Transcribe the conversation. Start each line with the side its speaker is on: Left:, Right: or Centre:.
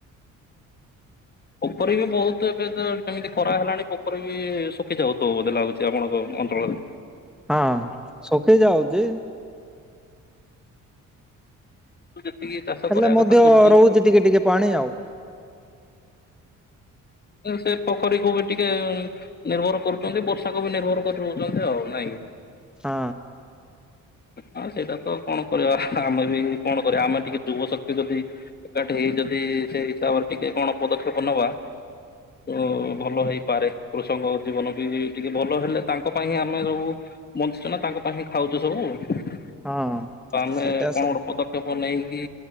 Left: ପୋଖରୀ ବି ବହୁତ ଏବେ <unintelligible> ଖରା ହେଲାଣି ପୋଖରୀ ବି ଶୁଖି ଯାଉଥିବ ବୋଧେ ଲାଗୁଛି ଆପଣଙ୍କ ଅଞ୍ଚଳରେ।
Centre: ହଁ। ଶୁଖି ଯାଉଛି
Left: ଯେତିକି ଚାଷ
Centre: ହେଲେ
Left: କରିବା
Centre: ମଧ୍ୟ
Left: କଥା କରୁଛନ୍ତି
Centre: ରହୁଛି
Left: ଆଉ।
Centre: ଟିକେ ଟିକେ ପାଣି ଆଉ।
Left: ହୁଁ। ସେ ପୋଖରୀକୁୁ ବି ଟିକେ ନିର୍ଭର କରୁଛନ୍ତି ବର୍ଷାକୁ ବି ନିର୍ଭର କରି ରହୁଛନ୍ତି ଆଉ ନାଇଁ କି?
Centre: ହଁ।
Left: ହଁ ସେଇଟା ତ କଣ କରିବା ଆମେ ବି କଣ କରିବା ଆମେ ଟିକେ ଯୁବ ଶକ୍ତି ଯଦି ଏକା ଠି ହେଇ ଯଦି ସେଇ ହିସାବରେ ଟିକେ କଣ ପଦକ୍ଷେପ ନବା। ତ ଭଲ ହେଇପାରେ କୃଷକଙ୍କ ଜୀବନ ବି ଟିକେ ଭଲ ହେଲେ ତାଙ୍କ ପାଇଁ ଆମେ ରହୁ ମୁଁ ବଞ୍ଚୁଛୁ ନା ତାଙ୍କ ପାଇଁଁ ଖାଉଛୁ ସବୁ ତ
Centre: ହଁ।
Left: ଆମେ
Centre: ସେଇଟା
Left: କଣ
Centre: ସ
Left: ଗୋଟେ ପଦକ୍ଷେପ ବନେଇକି